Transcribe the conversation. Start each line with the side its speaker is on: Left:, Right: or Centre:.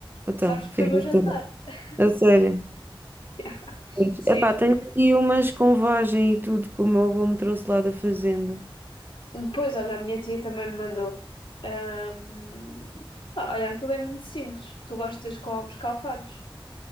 Right: Então,
Left: Sabes que
Right: fizeste
Left: foi o meu jantar.
Right: tudo.
Left: <laughs>
Right: A sério.
Left: Yeah,
Right: Pois.
Left: Sim.
Right: Epá, tenho aqui umas com vagem e tudo que o meu avô me trouxe lá da fazenda.
Left: Depois, olha, a minha tia também me mandou. Ahm, pá, olha, aquilo é muito simples. Tu gostas com ovos calfados.